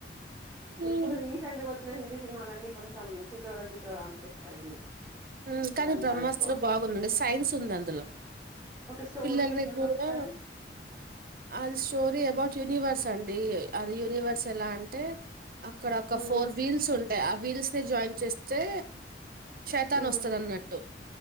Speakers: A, on the right; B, on the right.
A: ఇప్పుడు
B: ఉమ్
A: రీసెంట్ వొచ్ ఇచ్చిన హిందీ సినిమాలన్నీ కొంచెం చిచోరా చిచోరా అనిపిస్తాయండి
B: ఊ
A: నాకంతా
B: కానీ బ్రహ్మాస్త్రం
A: ఎక్కువ
B: బాగుందండి సైన్స్ ఉంది అందులో
A: ఒక స్టోరీ
B: పిల్లల్ని
A: చెప్పండి
B: ఇపుడు
A: ఒకసారి
B: నేను, అది స్టోరి అబౌట్ యూనివర్స్ తండి అది యూనివర్సల్లా అంటే అక్కడ ఒక
A: ఉమ్
B: ఫోర్ వీల్స్ ఉంటాయ్, అ వీల్స్ ని జాయిన్ చేస్తే త్తనొస్తది
A: ఉమ్
B: అన్నట్టు